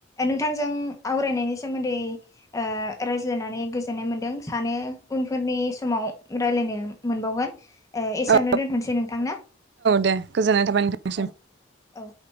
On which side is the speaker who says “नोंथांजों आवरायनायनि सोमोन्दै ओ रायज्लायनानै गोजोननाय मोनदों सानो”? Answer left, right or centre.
Left